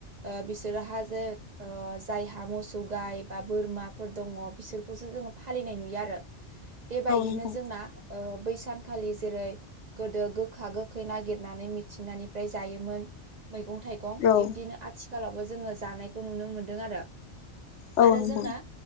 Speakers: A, on the right (about 50°); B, on the left (about 80°).
A: ओ बिसोरोहा जे जायहा मोसौ गाय बा बोरमाफोर दङ बिसोरखौसो जोङो फालिनाय नुयो आरो। बे बायदिनो
B: नोंथां
A: जोंना ओ बैसानखालि जेरै गोदो गोखा गोखै नागिरनानै मिथिंगानिफ्राय जायोमोन मैगं -थाइगं <unintelligible>
B: औ
A: बिब्दिनो आथिखालावबो जोङो जानायखौ नुनो मोनदों आरो।
B: औ
A: आरो
B: नोंथां
A: जोंना